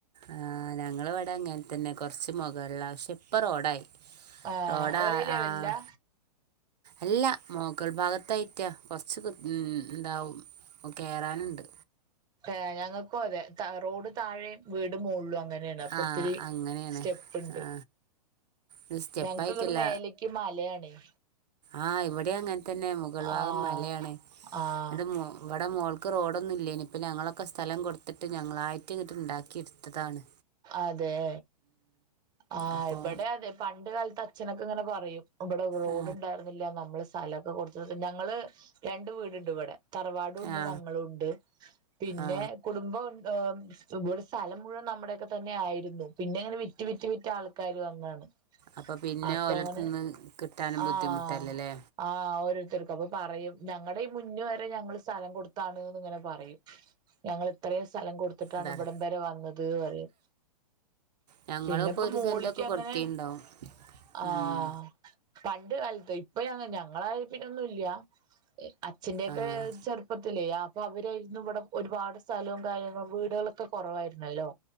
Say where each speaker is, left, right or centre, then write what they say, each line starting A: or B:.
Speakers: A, on the right; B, on the right.
A: ആഹ് ഞങ്ങളെ ഇവടെ അങ്ങനെ തന്നെ കൊറച്ച് മൊകൾലാ പ്പം റോഡായി
B: ആഹ്
A: റോഡാ
B: ഒരേ ലെവലിലാ
A: ആഹ് അല്ല മൊകൾ ഭാഗത്തായിട്ട കൊറച്ച് ഉം ഇണ്ടാവും ഓ കേറാനുണ്ട്
B: ഏഹ് ഞങ്ങൾക്കും അതെ റോഡ് താഴെയും വീട് മോൾലാ അങ്ങനെ അങ്ങനാണ് അപ്പൊ
A: ആ
B: ഒത്തിരി
A: അങ്ങനെയാണ്
B: സ്റ്റെപ്പ്ണ്ട്
A: ആ ഇത് സ്റ്റെപ്പായിട്ടല്ല
B: ഞങ്ങക്ക് ഇങ്ങട് മേലേക്ക് മലയാണെയ്
A: ആഹ് ഇവിടെ അങ്ങൻ തന്നെ മുകൾ ഭാഗം
B: ആഹ്
A: മലയാണ് ന്നിട്ട്
B: ആഹ്
A: മൊ ഇവിടെ മോൾക്ക് റോഡൊന്നും ഇല്ലേയ്നിം ഇനിപ്പം ഞങ്ങളൊക്കെ സ്ഥലം കൊടുത്തിട്ട് ഞങ്ങളായിട്ട് ഇങ്ങിട്ട് ഉണ്ടാക്കി എടുത്തതാണ്
B: അതെ ആഹ്
A: അപ്പോൾ
B: ഇവടെ അതെ പണ്ട് കാലത്ത് അച്ഛനൊക്കെ ഇങ്ങനെ പറയും ഇബടെ റോഡ്
A: ആ
B: ഉണ്ടായിരുന്നില്ല നമ്മള് സ്ഥലോക്കെ കൊടുത്ത് ഞങ്ങള് രണ്ട് വീടുണ്ട് ഇവിടെ തറവാടും ഉണ്ട്
A: ആ
B: ഞങ്ങളുണ്ട് പിന്നെ
A: ആ
B: കുടുംബം ഇബടെ സ്ഥലം മുഴുവൻ നമ്മുടെയൊക്കെ തന്നെ ആയിരുന്നു പിന്നെ ഇങ്ങനെ വിറ്റ് വിറ്റ് വിറ്റ് ആൾക്കാർ വന്നാണ്
A: അപ്പ പിന്നെ
B: അപ്പൊ
A: ഓലടത്തു
B: അങ്ങനെ
A: നിന്ന് കിട്ടാനും ബുദ്ധിമുട്ടല്ലല്ലേ
B: ആഹ് ആഹ് ഓരോരുത്തർക്കും അപ്പൊ പറയും ഞങ്ങടെ ഈ മുന്ന് വരെ ഞങ്ങള് സ്ഥലം കൊടുത്താണ്ന്ന് ഇങ്ങനെ പറയും ഞങ്ങള് ഇത്രയും സ്ഥലം കൊടുത്തിട്ടാണ്
A: അതാണ്
B: ഇവിടം വരെ വന്നത് റയും
A: ഞങ്ങളിപ്പോ
B: പിന്നെപ്പം
A: ഒരു
B: മോളിക്ക്
A: സെന്റൊക്കെ
B: അങ്ങനെ
A: കൊടുത്തിണ്ടാവും
B: ആഹ്
A: ഉം
B: പണ്ട് കാലത്ത് ഇപ്പ അങ്ങനാ ല്ല ഞങ്ങള് ആയപ്പെന്നുല്ല അച്ഛന്റെയൊക്കെ
A: ആഹ്
B: ചെർ പ്പത്തിലെ അപ്പൊ അവരായിരുന്നു ഇവിടെ ഒരുപാട് സ്ഥലവും കാര്യങ്ങളും വീടുകളൊക്കെ കൊറവായിരുന്നല്ലോ